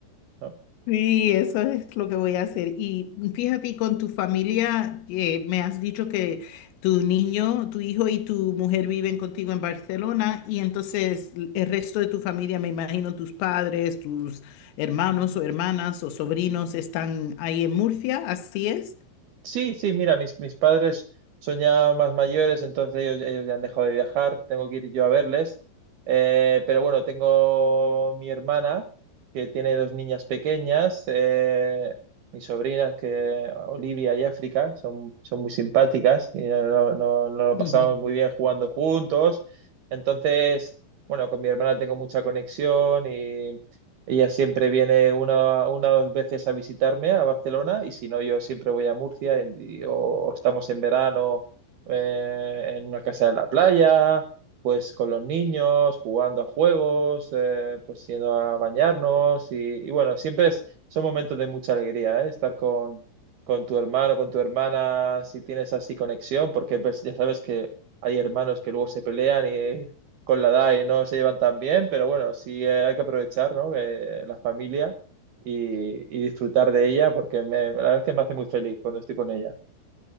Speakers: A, on the right; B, on the left.
A: ¿no?
B: Sí, eso es lo que voy a hacer. Y fíjate, y con tu familia, que me has dicho que tu niño, tu hijo y tu mujer viven contigo en Barcelona, y entonces el resto de tu familia, me imagino tus padres, tus hermanos o hermanas o sobrinos están ahí en Murcia, ¿así es?
A: Sí, sí, mira, mis, mis padres son ya más mayores, entonces ellos, ellos ya han dejado de viajar, tengo que ir yo a verles. Eh, pero bueno, tengo mi hermana que tiene dos niñas pequeñas, eh, mis sobrinas que Olivia y África, son, son muy simpáticas y no, no, no no lo pasamos
B: <laughs>
A: muy bien jugando juntos. Entonces, bueno, con mi hermana tengo mucha conexión ella siempre viene una, una o dos veces a visitarme a Barcelona y si no, yo siempre voy a Murcia en- y- o estamos en verano eh, en una casa de la playa, pues con los niños, jugando a juegos, eh, pues yendo a bañarnos y, y bueno, siempre es- son momentos de mucha alegría, ¿eh? Estar con, con tu hermano, con tu hermana, si tienes así conexión, porque pues, ya sabes que hay hermanos que luego se pelean y con la edad y no se llevan tan bien, pero bueno, sí eh, hay que aprovechar, ¿no? que la familia y, y disfrutar de ella porque me, la verdad es que me hace muy feliz cuando estoy con ella.